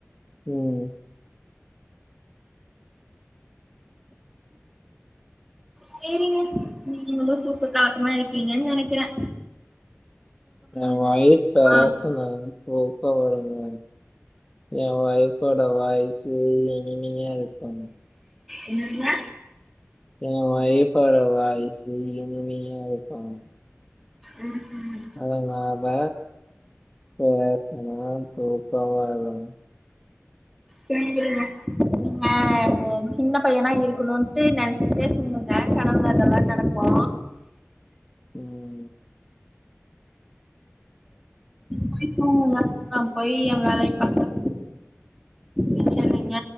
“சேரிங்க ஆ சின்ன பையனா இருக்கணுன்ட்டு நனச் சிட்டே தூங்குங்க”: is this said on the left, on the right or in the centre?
Centre